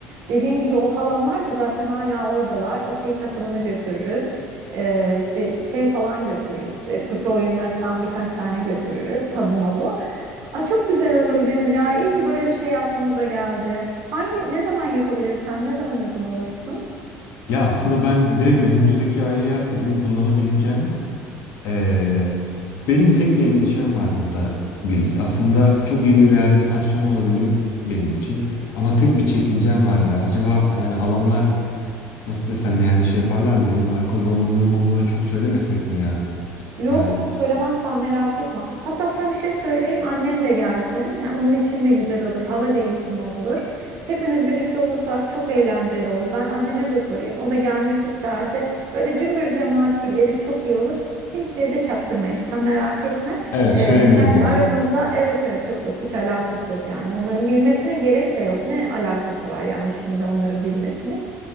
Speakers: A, on the right; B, on the left.
A: Dediğin gibi o halamlar da zaten hala oradalar. Okey takımını götürürüz. Ee, işte şey falan götürürüz. Ee, kutu oyunlarından birkaç tane götürürüz. Tabu mabu. Ay çok güzel olur Deniz ya. İyi ki böyle bir şey aklımıza geldi. Hangi ne zaman yapabiliriz sen? Ne zaman uygun olursun?
B: Ya aslında ben direkt önümüzdeki aya izin kullanabileceğim. Ee, benim tek bir endişem var burada Gülis. Aslında çok iyi bir rehabilitasyon olabilir benim için. Ama tek bir çekincem var ya. Acaba yani halamlar nasıl desem yani şey yaparlar mı? Benim alkol bağımlılığımı onlara çok söylemesek mi ya?
A: Yok
B: Yani
A: yok söylemem sen merak etme. Hatta sana bir şey söyleyeyim annen de gelsin. Ha, Onun için de güzel olur. Hava değişimi olur. Hepimiz birlikte olursak çok eğlenceli olur. Ben anneme de sorayım. O da gelmek isterse böyle cümbür cemaat gidelim çok iyi olur. Kimseye de çaktırmayız sen merak etme.
B: evet
A: Ee,
B: söylemeyin
A: kendi
B: ya.
A: aramızda evet evet yok yok hiç alakası yok yani. Onların bilmesine gerek de yok. Ne alakası var yani şimdi onların bilmesinin.